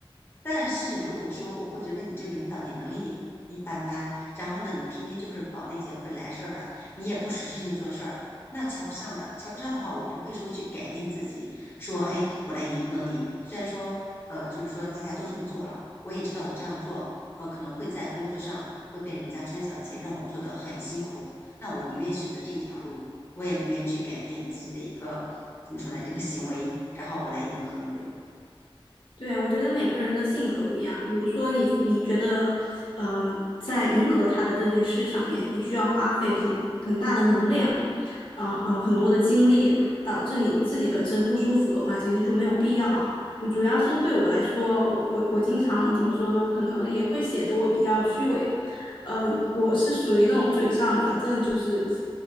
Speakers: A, on the left; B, on the left.
A: 但是如果说我会觉得你这个领导你能力一般般，然后呢，你天天就是搞那些会来事儿的，你也不实质性做事儿，那瞧不上的。瞧不上的话，我不会说去改变自己，说哎，我来迎合你。虽然说呃，就是说大家都这么做了，我也知道我这样做，呃，可能会在工作上会被人家穿小鞋，让我做得很辛苦。那我宁愿选择这一条路，我也不愿去改变自己的一个怎么说呢，一个行为，然后我来迎合你。
B: 对，我觉得每个人的性格不一样。比如说你，你觉得，嗯、在迎合他的这件事上面，你需要花费很很大的能量，嗯、呃、嗯、很多的精力，导致你自己本身不舒服的话，其实就没有必要。嗯主要是对我来说，我我我经常怎么说呢？我可能也会显得我比较虚伪。呃，我是属于那种嘴上，反正就是